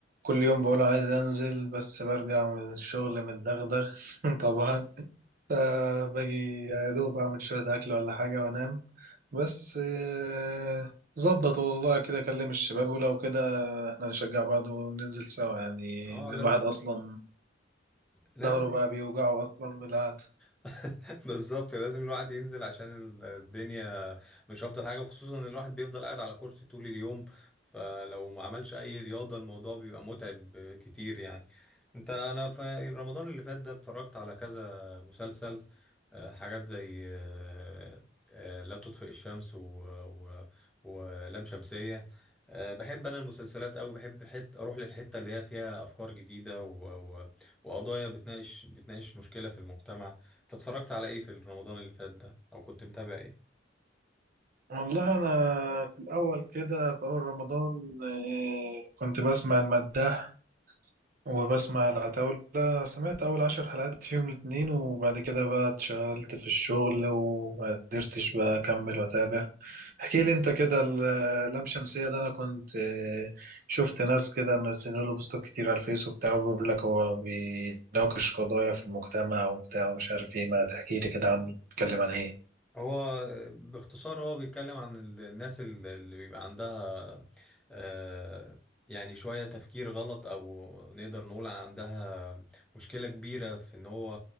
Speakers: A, on the right; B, in the centre.
A: يوم بقول عايز انزل بس برجع من الشغل متدغدغ <laughs> طبعا فباجي يا دوب أعمل شوية أكل ولا حاجة وأنام بس آه، ظبط والله كده أكلم الشباب ولو كده إحنا نشجع بعض وننزل سوا يعني
B: اه
A: لأن
B: لازم
A: الواحد أصلا
B: لازم
A: ظهره
B: <laughs>
A: بقى بيوجعه أصلا من القعدة
B: <laughs> بالظبط لازم الواحد ينزل عشان ال- الدنيا مش افضل حاجه وخصوصا ان الواحد بيفضل قاعد على كرسي طول اليوم فلو ما عملش اي رياضه الموضوع بيبقى متعب كتير يعني انت انا في رمضان اللي فات ده اتفرجت على كذا مسلسل آه، حاجات زي آه، آه، لا تطفئ الشمس و... و... ولام شمسيه آه، بحب انا المسلسلات أوي بحب حت... اروح للحته اللي هي فيها افكار جديده و... و... وقضايا بتناقش بتناقش مشكله في المجتمع انت اتفرجت على ايه في رمضان اللي فات ده او كنت متابع ايه
A: والله أنا في الأول كده في أول رمضان آه، كنت بسمع المداح وبسمع العتاولة سمعت أول عشر حلقات في يوم الاتنين وبعد كده بقى اتشغلت في الشغل وما قدرتش بقى أكمل وأتابع احكي لي انت كده ال- اللام شمسية ده انا كنت آه، شفت ناس كده منزله له بوستات كتير على الفيس وبتاع بيقول لك هو بيناقش قضايا في المجتمع وبتاع ومش عارف ايه ما تحكي لي كده عنه بيتكلم عن ايه
B: هو باختصار هو بيتكلم عن ال- الناس ال- اللي بيبقى عندها آه، يعني شوية تفكير غلط أو نقدر نقول عندها مشكلة كبيرة في إن هو